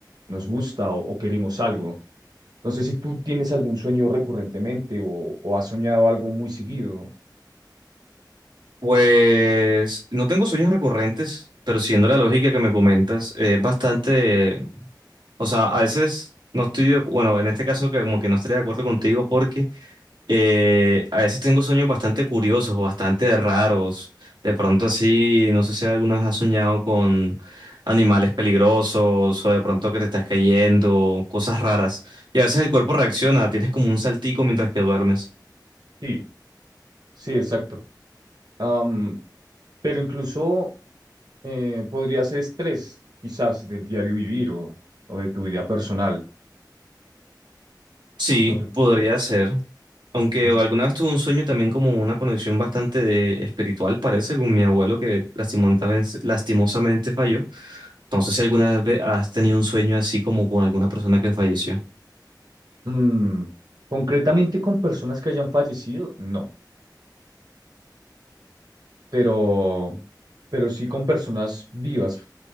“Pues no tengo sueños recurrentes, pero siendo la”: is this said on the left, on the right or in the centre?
Right